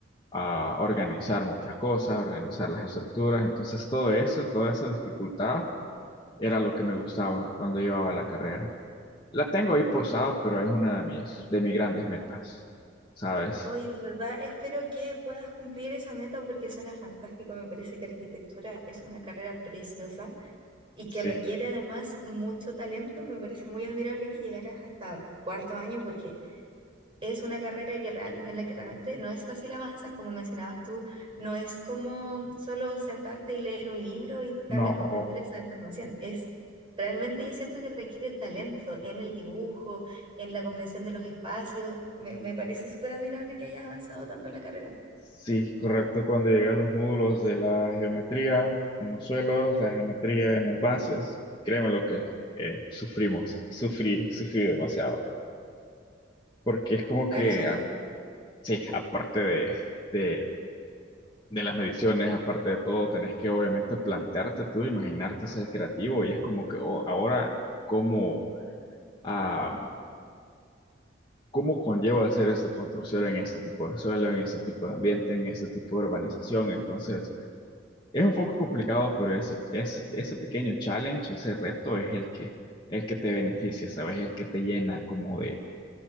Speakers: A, on the left; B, on the right.
A: a organizar muchas cosas, organizar las estructuras. Entonces, todo eso, toda esa dificultad era lo que me gustaba cuando llevaba la carrera. La tengo ahí posada, pero es una de mis, de mis grandes metas, ¿sabes?
B: Hoy, de verdad, espero que puedas cumplir esa meta porque suena fantástico. Me parece que arquitectura es una carrera preciosa y
A: Sí,
B: que requiere además mucho talento, me parece muy admirable que llegaras hasta cuarto año porque es una carrera que real- en la que realmente no es fácil avanzar, como mencionabas tú, no es como solo sentarte y leer un libro y tal
A: no,
B: vez comprender esa información, es realmente yo siento que requiere talento en el dibujo, en la comprensión de los espacios, me, me parece súper admirable que hayas avanzado tanto en la carrera.
A: sí, correcto. Cuando llegué a los módulos de la geometría en los suelos, la geometría en las bases, créeme lo que eh, sufrimos, sufrí, sufrí demasiado. Porque es como que,
B: Claro, son
A: ah,
B: las...
A: sí, aparte de, de, de las mediciones, aparte de todo, tenés que obviamente plantearte tú, imaginarte ser creativo y es como que oh, ahora, ¿cómo? a cómo conlleva hacer esta construcción en este tipo de suelo, en este tipo de ambiente, en este tipo de urbanización. Entonces, es un poco complicado, pero ese, ese, ese pequeño challenge, ese reto es el que, el que te beneficia, ¿sabes? El que te llena como de,